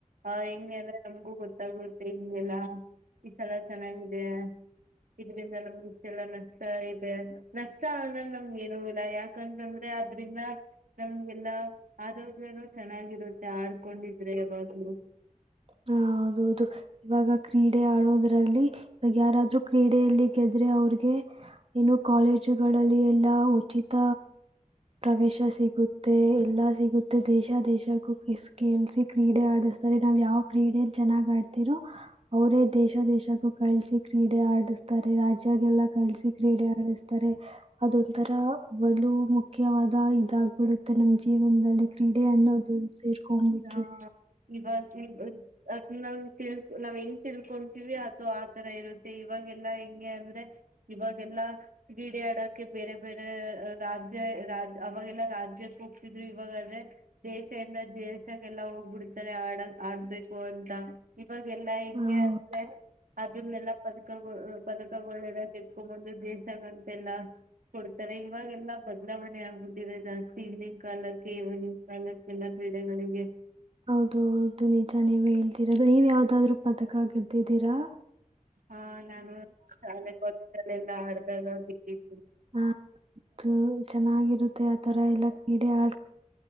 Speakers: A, on the right; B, on the right.
A: ನಾವ್ ಹೆಂಗೆ ಅಂದ್ರೆ ನಮಗೂ ಗೊತ್ತಾಗುತ್ತೆ ಹಿಂಗೆಲ್ಲ ಈ ಸಲ ಚೆನ್ನಾಗಿದೆ ಇದರಿಂದ ನಮ್ಗ ಇಷ್ಟೆಲ್ಲಾ ನಷ್ಟ ಇದೆ ನಷ್ಟ ಅನ್ನದ್ ನಮಗೇನೂ ಇಲ್ಲ. ಯಾಕಂತಂದ್ರೆ ಅದ್ರಿಂದ ನಮ್ಗೆಲ್ಲಾ ಆರೋಗ್ಯನೂ ಚೆನ್ನಾಗಿರುತ್ತೆ ಆಡ್ಕೊಂಡಿದ್ರೆ ಯಾವಾಗಲು.
B: ಹ ಹೌದೌದು. ಇವಾಗ ಕ್ರೀಡೆ ಆಡೋದ್ರಲ್ಲಿ ಇವಾಗ ಯಾರಾದ್ರು ಕ್ರೀಡೆಯಲ್ಲಿ ಗೆದ್ರೆ ಅವ್ರಿಗೆ ಇನ್ನು ಕಾಲೇಜುಗಳಲ್ಲಿ ಎಲ್ಲಾ ಉಚಿತ ಪ್ರವೇಶ ಸಿಗುತ್ತೆ, ಎಲ್ಲಾ ಸಿಗುತ್ತೆ ದೇಶ ದೇಶಕ್ಕೂ ಕೇಸ್ಕಿ ಕೇಳ್ಸಿ ಕ್ರೀಡೆ ಆಡಿಸ್ತಾರೆ. ನಾವ್ ಯಾವ್ ಕ್ರೀಡೆ ಚೆನ್ನಾಗ್ ಆಡ್ತಿರೋ ಅವರೇ ದೇಶ ದೇಶಕ್ಕೂ ಕಳ್ಸಿ ಕ್ರೀಡೆ ಆಡಿಸ್ತಾರೆ. ರಾಜ್ಯಗೆಲ್ಲ ಕಳಸಿ ಕ್ರೀಡೆ ಆಡಿಸ್ತಾರೆ. ಅದೊಂಥರ ಬಲು ಮುಖ್ಯವಾದ ಇದಾಗಬಿಡುತ್ತೆ ನಮ್ ಜೀವನದಲ್ಲಿ ಕ್ರೀಡೆ ಅನ್ನೋದು. ಸೇರ್ಕೊಂಡ್ಬಿಟ್ರೆ
A: ಹಾ ಈ <unintelligible> ಬ <unintelligible> ಅದ್ ನಮ್ ತಿಳ್ಕೋ ನಾವ್ ಹೆಂಗ್ ತಿಳ್ಕೊಂತೀವಿ ಅದು ಆತರ ಇರುತ್ತೆ. ಇವಾಗೆಲ್ಲಾ ಹೆಂಗೆ ಅಂದ್ರೆ ಇವಾಗೆಲ್ಲಾ ಕ್ರೀಡೆ ಆಡೋಕ್ಕೆ ಬೇರೆ ಬೇರೆ ರಾಜ್ಯ ರಾಜ ಅವಾಗೆಲ್ಲಾ ರಾಜ್ಯಕ್ಕೆ ಹೋಗ್ತಿದ್ರು ಇವಾಗ ಆದ್ರೆ ದೇಶ ಎಲ್ಲ ಜ <unintelligible> ಾಗ ಎಲ್ಲ ಹೋಗ್ಬಿಡ್ತಾರೆ ಆಡ ಆಡ್ಬೇಕು ಅಂತ ಇವಾಗಲ್ಲಾ ಹೆಂಗೆ
B: ಆ,
A: ಅಂದ್ರೆ
B: ಹೌದು
A: ಅದ್ರನೆೆಲ್ಲ ಪದಕ ಪದಕಗಳೆಲ್ಲ ತೆಕೊಂಬಂದು ದೇಶಗಂತೆಲ್ಲಾ ಕೊಡ್ತಾರೆ ಇವಾಗೆಲ್ಲಾ ಬದಲಾವಣೆ ಆಗ್ಬಿಟ್ಟಿದೆ ಜಾಸ್ತಿ ಇವ್ನಿಂಗ್ ಕಾಲಕ್ಕೆ ಏನಿಂಗ್ ಕಾಲಕ್ಕೆಲ್ಲ ಕ್ರೀಡೆಗಳಿಗೆ ಎಸ್
B: ಹೌದೌದು ನಿಜ ನೀವ ಹೇಳ್ತಿರದು ನೀವ್ ಯಾವ್ದಾದ್ರು ಪದಕ ಆಗ್ದಿದ್ದೀರಾ
A: ಹಾ ನಾನು ಶಾಲೆ ಕಾಲೇಜಲ್ಲೆಲ್ಲ ಆತ <inaudible>
B: ಹದು ಚೆನ್ನಾಗಿರುತ್ತೆ ಮತ್ತೆ ಆತರ ಎಲ್ಲ ಕೀಡೆ ಆಡ್